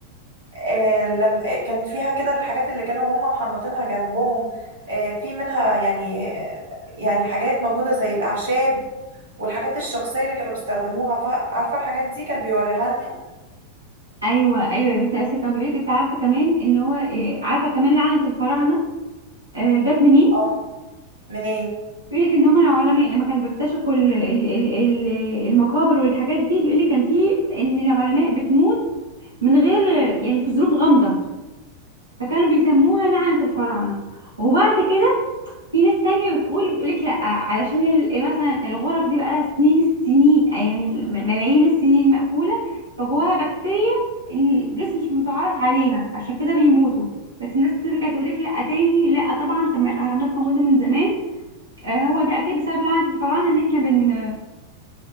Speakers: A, on the right (about 65°); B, on the right (about 85°).
A: آه، لم آه، كان فيها كده الحاجات اللي كانوا هم محنطينها جنبهم آه، في منها يعني يعني حاجات موجودة زي الاعشاب والحاجات الشخصية اللي كانوا بيستخدموها فا- عارفة الحاجات دي كان بيوريها لنا
B: ايوه ايوه يا بنتي اساسا كان بيقولك انت عارفه كمان ان هو إيه، عارفه كمان لعنه الفراعنه آه، جت منين
A: اه منين
B: بيقولك ان هم العلماء لما كانوا بيكتشفوا ال- ال- ال- ال- المقابر والحاجات دي بيقولك كان في ان العلماء بتموت من غير يعني في ظروف غامضة فكانوا بيسموها لعنة الفراعنة وبعد كده في ناس تانية بتقول بتقولك لأ علشان ال- مثلا الغرف دي بقالها سنين السنين يعني م- ملايين السنين مقفولة فجواها بكتيريا الجسم مش متعرف عليها عشان كده بيموتوا بس الناس ترجع تقولك لأ تاني لأ طبعا طب ما الأهرامات موجودة من زمان آه، هو ده أكيد بسبب لعنة الفراعنة إن احنا بن